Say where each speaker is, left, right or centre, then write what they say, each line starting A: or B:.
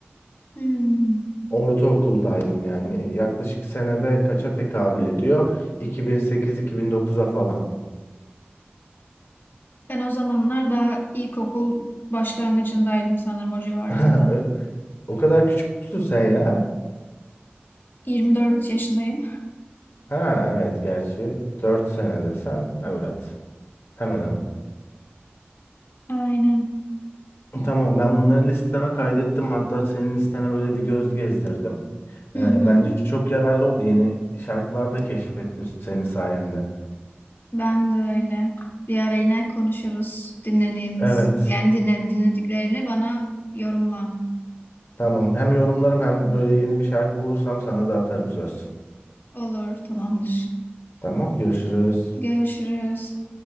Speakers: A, on the left (about 55°); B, on the left (about 85°).
A: Hmm.
B: Ortaokuldaydım yani. Yaklaşık senede kaça tekabül ediyor? 2008-2009'a falan.
A: Ben o zamanlar daha ilkokul başlangıcındaydım sanırım o civarlarda.
B: <laughs> Öyle- O kadar küçük müsün sen ya?
A: 24 yaşındayım.
B: Ha evet gerçi 4 senede sen. Evet. Hemen hemen.
A: Aynen.
B: <clears throat> Tamam ben bunları listeme kaydettim. Hatta senin listene böyle bir göz gezdirdim. Ee,
A: Hı hı.
B: bence çok yararlı oldu. Yeni şarkılar da keşfettim senin sayende.
A: Ben de öyle. Bir ara yine konuşuruz dinlediğimiz,
B: Evet.
A: yani dinle, dinlediklerini bana yorumla.
B: Tamam. Hem yorumlarım hem böyle yeni bir şarkı bulursam sana da atarım söz.
A: Olur, tamamdır.
B: Tamam. Görüşürüz.
A: Görüşürüz.